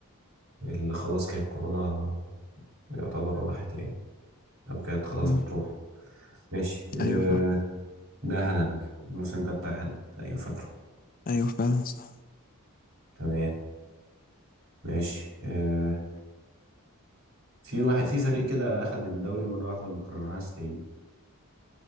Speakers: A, on the right; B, on the left.
A: اللي خلاص كانت كورونا يعتبر راحت يعني أو كانت خلاص
B: مم.
A: بتروح ماشي
B: أيوه
A: آه،
B: فعلا
A: ده هالاند الموسم ده بتاع هالاند أيوة فاكره
B: أيوه فعلا صح
A: تمام ماشي آه، في واحد في فريق كده اخد الدوري مره واحده وما كررهاش تاني